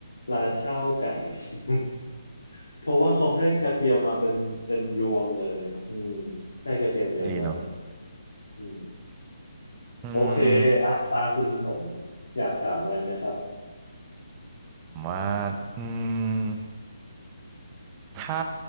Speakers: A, on the left; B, on the right.
A: ร้านข้าวไก่กระเทียม <laughs> เพราะว่าเขาให้กระเทียมมาเป็นเป็นยวงเลยอืมให้กระเทียมเยอะมาก
B: ดีเนอะ
A: อืม
B: อืม
A: โอเคอ่ะตาคุณชงอยากถามอะไรไหมครับ
B: ผมว่าอืม ถ้า